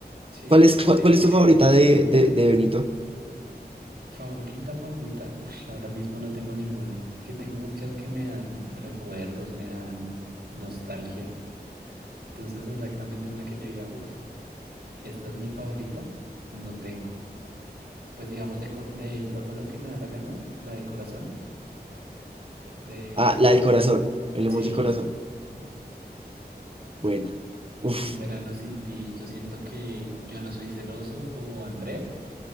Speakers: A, on the right; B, on the right.
A: Sí,
B: ¿Cuál
A: Da
B: es,
A: Kitty
B: cuál,
A: es
B: cuál
A: increíble.
B: es tu favorita de, de, de Benito?
A: Favorita, favorita, uff, ahora mismo no tengo ninguna. Es que tengo muchas que me dan recuerdos, me dan nostalgia. Entonces, exactamente una que yo diga, uff, esta es mi favorita, no tengo. Pues digamos, de, co- de yo hago lo que me da la gana, la de corazón, de,
B: Ah, la del corazón. El
A: sí,
B: emoji corazón. Buena. Uf.
A: de un verano sin ti, yo siento que yo no soy celoso o Andrea.